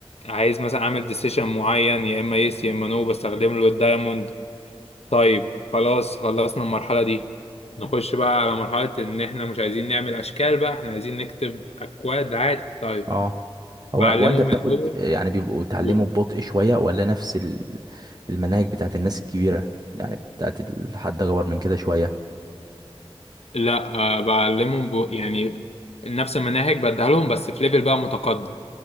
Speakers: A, on the left; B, on the right.
A: عايز مثلا اعمل ديسيشن معين يا اما يس يا اما نو بستخدم له الدايموند طيب خلاص خلصنا المرحلة دي نخش بقى على مرحلة إن إحنا مش عايزين نعمل أشكال بقى إحنا عايزين نكتب أكواد عادي طيب
B: اه هو
A: بعلمهم
B: وانت بتاخد
A: الأول
B: يعني بيبقوا اتعلموا
A: و-
B: ببطء شوية ولا نفس ال- المناهج بتاعت الناس الكبيرة يعني بتاعت الحد اكبر من كده شوية
A: لا آه، بعلمهم ب... يعني نفس المناهج بديها لهم بس في ليفل بقى متقدم